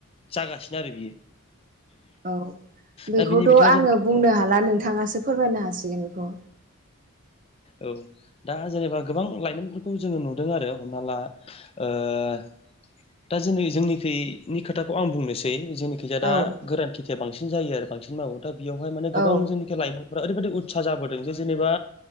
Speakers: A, on the left; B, on the right.
A: जागासिनो आरो बियो।
B: औ बेखौथ'
A: दा बिनि बिथिङाव
B: आङो
A: जेनेबा
B: बुंनो हाला नोंथाङासो फोरमायनो हासिगोन बेखौ।
A: औ दा जेनेबा गोबां लाइमोनफोरखौ जोङो नुदों आरो हमना ला ओ
B: <unintelligible>
A: दा जोंनि जोंनिखैनि खोथाखौ आं बुंनोसै जोंनिखै दा
B: औ
A: गोरान खेथिया बांसिन। जायो आरो बांसिन मावो दा बिवहाय माने गोबां
B: औ
A: जोंनिखि लाइमोन फोरा ओरैबायदि उत्सा जाबोदों जे जेनेबा